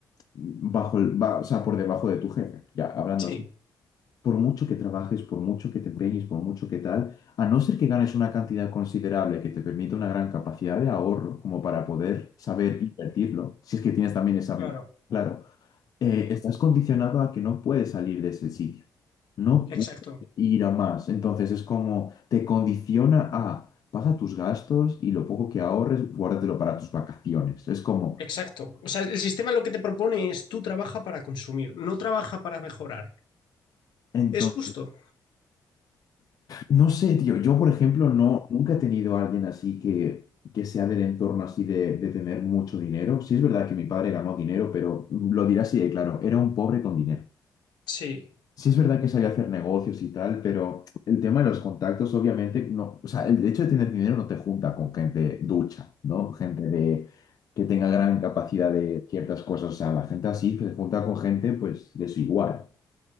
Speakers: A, on the left; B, on the left.
A: bajo el, ba- o sea, por debajo de tu jefe, ya hablando
B: sí,
A: así. Por mucho que trabajes, por mucho que te empeñes, por mucho que tal, a no ser que ganes una cantidad considerable que te permita una gran capacidad de ahorro, como para poder saber invertirlo, si es que tienes también esa
B: claro,
A: mente, claro eh, estás condicionado a que no puedes salir de ese sitio, no
B: exacto,
A: puedes ir a más. Entonces es como te condiciona a paga tus gastos y lo poco que ahorres, guárdatelo para tus vacaciones. Es como,
B: exacto. O sea, el sistema lo que te propone es tú trabaja para consumir, no trabaja para mejorar.
A: entonces,
B: ¿Es justo?
A: no sé, tío, yo por ejemplo no, nunca he tenido a alguien así que, que sea del entorno así de, de tener mucho dinero. Sí es verdad que mi padre ganó dinero, pero lo dirá así de claro, era un pobre con dinero.
B: Sí,
A: Sí es verdad que sabía hacer negocios y tal, pero el tema de los contactos, obviamente, no, o sea, el hecho de tener dinero no te junta con gente ducha, ¿no? Gente de, que tenga gran capacidad de ciertas cosas, o sea, la gente así se junta con gente, pues, de su igual.